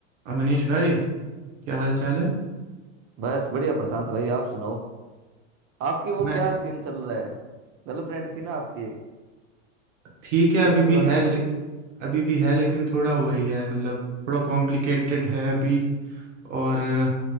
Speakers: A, on the right; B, on the right.
A: और मनीष भाई क्या हाल चाल है
B: बस बढ़िया प्रशांत भाई आप सुनाओ आपकी वो
A: मैं
B: क्या सीन चल रहा है गर्लफ्रेंड थी ना आपकी एक
A: ठीक है
B: तो
A: अभी
B: उसके
A: भी
B: बारे
A: है
B: में
A: ले,
B: बताइए
A: अभी भी है लेकिन थोड़ा वही है मतलब थोड़ा कॉम्प्लिकेटेड है अभी और अ,